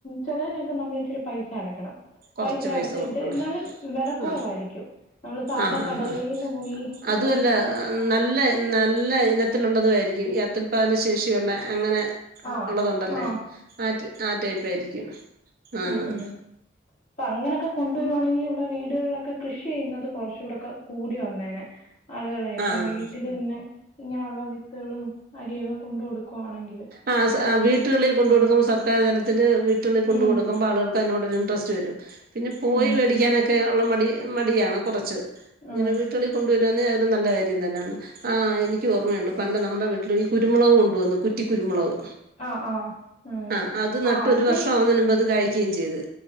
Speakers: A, on the left; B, on the right.
A: ചെലതിനനൊക്കെ നമ്മൾ ഇച്ചിരി പൈസ അടക്കണം
B: കൊറച്ച്
A: പൈസ അടച്ചിട്ട്
B: കൊടുക്കണം
A: എന്നാലും വില കുറവായിരിക്കും
B: ആ
A: നമ്മള് സാധാ
B: ആഹ് ആഹ്
A: കടകളിൽ
B: ആഹ്
A: നിന്ന് പോയി
B: അതുമല്ല
A: ഇത് എടുക്കുന്നതിനേക്കാളും
B: നല്ല നല്ല ഇനത്തിലുള്ളതു ആരിക്കും ഈ അതുൽ പാദന ശേഷിയുള്ള അങ്ങനെ
A: ആഹ്
B: ഉള്ളതുണ്ടല്ലേ
A: ആഹ്
B: ആഹ് ആഹ് ടൈപ്പ ആയിരിക്കും ആഹ്
A: ഉം ഉം അപ്പൊ അങ്ങനെയൊക്കെ കൊണ്ടുവരുവാണെങ്കിൽ ഇവിടെ വീടുകളിലൊക്കെ കൃഷി ചെയ്യുന്നത് കുറച്ചുകൂടൊക്കെ കൂടി വന്നേനെ ആളുകളെ ഇപ്പം
B: ആഹ്
A: വീട്ടിൽ തന്നെ ഇങ്ങനെയുള്ള വിത്തുകളും അരിയൊക്കെ കൊണ്ടു കൊടുക്കും പോണെങ്കില്
B: ആ ആ വീട്ടുകളിൽ കൊണ്ട് കൊടുക്ക്പോ സർക്കാര് തലത്തില് വീട്ടുകളിൽ കൊണ്ട്
A: ഉം
B: കൊടുക്കുമ്പോൾ ആൾക്ക് അതിനോരു ഇൻട്രസ്റ്റ് വരും പിന്നെ പോയി
A: ഉം
B: മേടിക്കാനൊക്കെ ഉള്ള മടി മടിയാണ് കുറച്ച് ഇങ്ങനെ
A: ഉം
B: വീട്ടിൽ കൊണ്ടുവര അത് നല്ല കാര്യം തന്നെയാണ് ആ എനിക്ക് ഓർമ്മയുണ്ട് പണ്ട് നമ്മുടെ വീട്ടിൽ ഈ കുരുമുളക് കൊണ്ടുവന്നു കുറ്റി കുരുമുളക്
A: ആഹ് ആഹ് ഉം
B: ആഹ് അത് നട്ട്
A: ആഹ് അത്
B: ഒരു വർഷം ആവുന്നതിന് മുമ്പ് അത് കായ്ക്കുകയും ചെയ്ത്